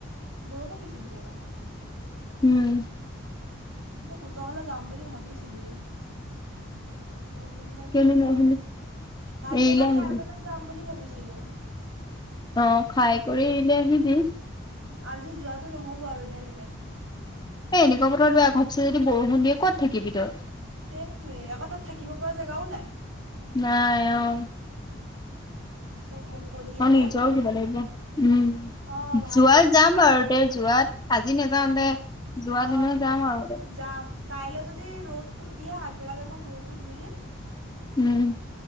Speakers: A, on the right (about 70°); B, on the left (about 20°).
A: বৰষুণ দিছ নেকি আকৌ
B: উম
A: মই তুহনল ফালে যাম বুলি ভাবিছিলোয়ে বৰষুণডাল দি
B: কেলে
A: দিলে
B: নাহিলি
A: অ ভাত
B: এৰিলে
A: কেইটা
B: আহিবি
A: খাই পেলাই যাম বুলি ভাবিছিলো
B: অ খাই কৰি এলে আহিবি
A: উম আজি যোৱাটো নহ'ব আৰু দিয়া তেনে
B: এনেকুৱা বতৰত বেয়া ঘপছে যদি বৰষুণ দিয়ে ক'ত থাকিব তই
A: সেইটোয়ে আকৌ তাত থাকিব পৰা জেগাও নাই
B: নাই অ
A: চব মুকলিয়েকে
B: অ নিজৰ কিবা লাগিব উম
A: অ ভাল
B: যোৱাত
A: লাগে
B: যাম
A: কাৰ
B: বাৰু দে যোৱাত আজি নাযাওঁ
A: উম
B: দে যোৱা
A: অ
B: দিনত যাম আৰু
A: যাম কাইলৈ যদি ৰ'দটো দিয়ে আগবেলা মই মূৰটো ধুই দিম
B: উম।